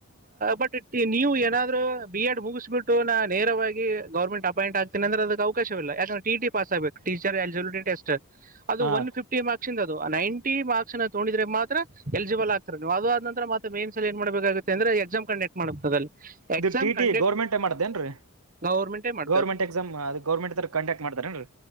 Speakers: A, on the right; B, on the right.
A: ಬಟ್ ನೀವು ಏನಾದ್ೂ ಬಿ ಎಡ್ ಮುಗಿಸ್ಬಿಟ್ಟು ನಾ ನೇರವಾಗಿ ಗೌರ್ಮೆಂಟ್ ಅಪಾಯಂಟ್ ಆಗ್ತನ ಅ್ರ ಅದು ಅವಕಶವಿಲ್ಲ ಯಾಕಂದೆಟಿ ಪಾಸ್ ಆಬೇಕು ಟೀಚರ್ ಎಲಿಜಿಬಿಲಿಟಿಟೆಸ್ಟ್ ಅದು
B: ಹಾ
A: ಒ
B: ರೀ
A: ಫ್ಟಿ ಮಾರ್ಕ್ಸ್ ಅದು ನೈಂಟಿ ಮಾರ್ಕ್ಸ್ ತೋೊಂಡಿದ್ರೆ ಮಾತ್ರ ಎಲಿಜಿಬಲ್ ಆಗ್ತಾರೆ ನೀವು ಅದು ಆದ ನಂತರ ಮ ಮೇನ್ ಏನ್ ಮಾಡಬೇಕಾಗುತ್ತೆಂದ್ರೆ ಎಕ್ಸಾಮ್ ಕಂಡಕ್ಟ್ ಮಾಡ್ ಅಲ್ಲಿ exam
B: E T T
A: conduct
B: government ಮಾಡ್ದೇಏನ್ರೀ
A: ಗೌರ್ಮೆಂಟೇ ಮಾಡ್ತದೆ
B: ಗೌರ್ಮೆಂಟ್ ಎಕ್ಸಾಮ್ ಅದ ಗೌರ್ಮೆಂಟ್ ಕಂಡಕ್ಟ್ ಮಾಡ್ತಾರೇನ್ರಿ